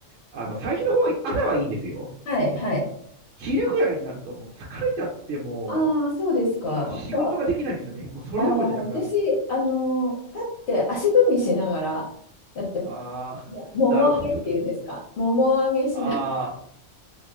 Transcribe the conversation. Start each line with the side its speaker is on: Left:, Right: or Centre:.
Right: あの、最初の方は、朝はいいんですよ。
Left: はい、はい。
Right: 昼ぐらいになると、もう疲れちゃっても
Left: ああ、そうですか。
Right: う、仕事ができないんですよね。
Left: なんか
Right: もうそれどころじゃなくなるんです。
Left: ああ、私、あの立って足踏みしながらやってます。
Right: ああ、
Left: ももも上げっていうんですか。
Right: なるほどなる。
Left: もも上げしな、
Right: ああ、